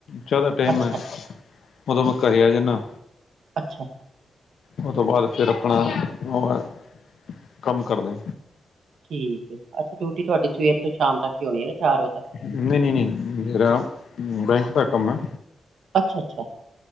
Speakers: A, on the left (about 65°); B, on the right (about 80°).
A: ਚਾਹ ਦਾ ਟਾਈਮ
B: ਅੱਛਾ
A: ਹੈ ਉਦੋਂ ਮੈਂ ਘਰੇ ਆ ਜਾਂਨਾ।
B: ਅੱਛਾ।
A: ਉਹ ਤੋਂ ਬਾਅਦ ਫਿਰ ਆਪਣਾ ਮੋਬਾਈਲ ਕੰਮ ਕਰਦਾ
B: ਠੀਕ ਹੈ ਅੱਜ ਡਿਊਟੀ ਤੁਹਾਡੀ ਸਵੇਰ ਤੋਂ ਸ਼ਾਮ ਤੱਕ ਈ ਹੋਣੀ ਹੈ ਚਾਰ ਵਜੇ ਤੱਕ
A: ਨਹੀਂ ਨਹੀਂ ਨਹੀਂ ਮੇਰਾ ਬੈਂਕ ਦਾ ਕੰਮ ਹੈ।
B: ਅੱਛਾ ਅੱਛਾ।